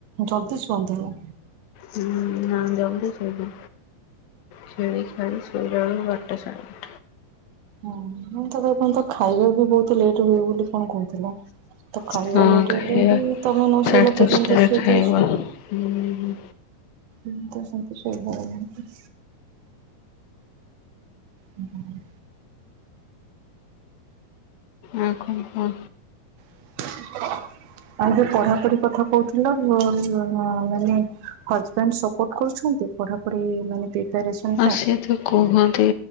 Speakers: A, on the right (about 85°); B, on the left (about 80°).
A: ଜଲଦି ଶୁଣିଦେଲ।
B: ହୁଁ ନା ଜଉଠି ସେଇଠି ଖେଳି ଖାଳି ଶୋ। ନା ବାଟ ଛାଡ଼।
A: ହଁ ମୁଁ ତ ଏପର୍ଯ୍ୟନ୍ତ ଖାଇବା ବହୁତ ଲେଟ ହୁଏ ବୋଲି କଣ କହୁ। ହେଲା ଖାଇବା
B: ବାରଟା।
A: ଲେଟ
B: ହଁ ଖାଇବା
A: ହେଲେ ବି ତମେ ନ
B: ସାଢ଼େ
A: ଶୋଇଲା
B: ଦଶଟାରେ
A: ପର୍ଯ୍ୟନ୍ତ ସିଏ
B: ଖାଇବା।
A: କୋଉ ଶୁଏ।
B: ହୁଁ ଉଁ।
A: ହନ୍ତ ସେଇ ଭଳିଆ ନୁହେଁ କି? ହୁଁ ଉଁ।
B: ଆଉ କଣ କ।
A: ହ <unintelligible> ଆଉ ଯୋଉ ପଢାପଢି କଥା କହୁଥିଲୁ ମୁଁ ମୁଁ ମାନେ। ହଜବେଣ୍ଡେ ସପୋଟ କରୁଛନ୍ତି। ପଢାପଢି ମାନେ ପାଇଁ। ପ୍ରିପାରେସନ
B: ଆସେ ଥୁ। କୁହନ୍ତି